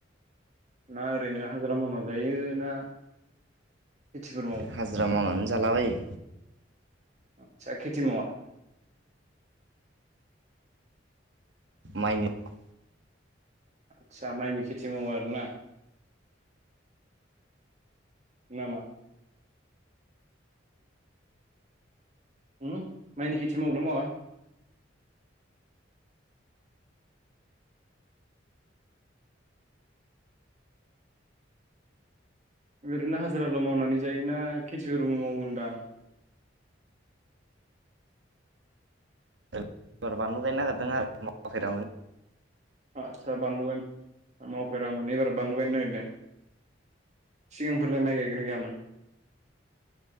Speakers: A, on the right; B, on the right.
A: ना ओरैनो हाजिरा मावना जायो ना खेथिफोर मावो
B: हाजिरा माङानो जाला बायो।
A: आतसा खिथि मावा?
B: माइ निल'
A: आदसा माइनि खेथि मावो आरो ना? नामा? ओम माइनि खेथि मावोना मावा? <inaudible> ओरैनो हाजिराल' मावनानै जायोना खेथिफोरबो मावो होनदां।
B: एबार बानलु गायनो नागिरदों आरो मावाखैदाबो
A: आदसा बानलु गायनो मावफेरामोन एबार बानलु गायनो नागिरदों सिगांफोरलाय माइ गायगोना गायामोन?